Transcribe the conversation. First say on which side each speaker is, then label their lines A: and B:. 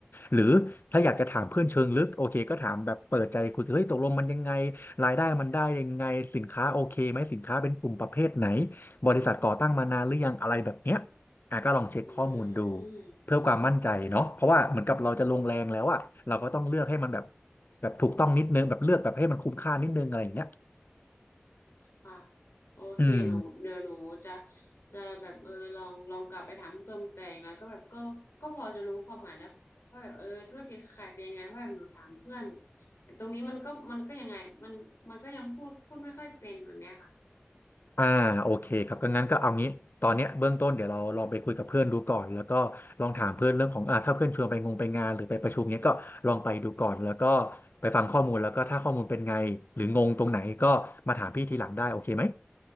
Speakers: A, on the left (about 50°); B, on the left (about 75°).
A: หรือถ้าอยากจะถามเพื่อนเชิงลึกโอเคก็ถามแบบเปิดใจคุยเฮ้ยตกลงมันยังไง รายได้มันได้ยังไงสินค้าโอเคไหมสินค้าเป็นกลุ่มประเภทไหนบริษัทก่อตั้งมานานหรือยังอะไรแบบเนี้ยอ่ะก็ลองเช็คข้อมูลดู
B: ๆอืม
A: เพื่อความมั่นใจเนาะเพราะว่าเหมือนกับเราจะลงแรงแล้วอะเราก็ต้องเลือกให้มันแบบแบบถูกต้องนิดนึงแบบเลือกแบบให้มันคุ้มค่านิดนึงอะไรอย่างเงี้ย
B: ค่ะโอเคหนูเดี๋ยวหนูจะ
A: อืม
B: จะแบบเออลองลองกลับไปถามเพิ่มแต่อย่างน้อยก็แบบก็ก็พอจะรู้ความหมายแล้วว่าแบบเออธุรกิจเครือข่ายเป็นยังไงเพราะแบบหนูถามเพื่อนแต่ตรงนี้มันก็มันก็ยังไงมันมันก็ยังพูดพูดไม่ค่อยเป็นแบบเนี้ยค่ะ
A: อ่าโอเคครับก็งั้นก็เอางี้ตอนเนี้ยเบื้องต้นเดี๋ยวเราลองไปคุยกับเพื่อนดูก่อนแล้วก็ลองถามเพื่อนเรื่องของอ่าถ้าเพื่อนชวนไปงงไปงานหรือไปประชุมเนี้ยก็ลองไปดูก่อนแล้วก็ไปฟังข้อมูลแล้วก็ถ้าข้อมูลเป็นไงหรืองงตรงไหนก็มาถามพี่ทีหลังได้โอเคไหม